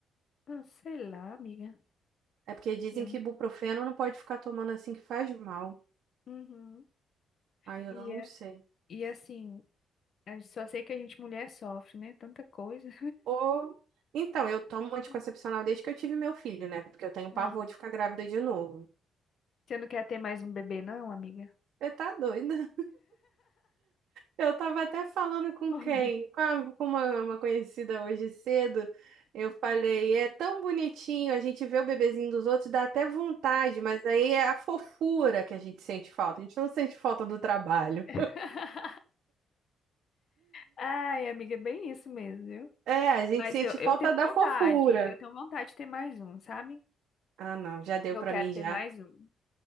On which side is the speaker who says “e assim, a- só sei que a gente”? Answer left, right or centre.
Left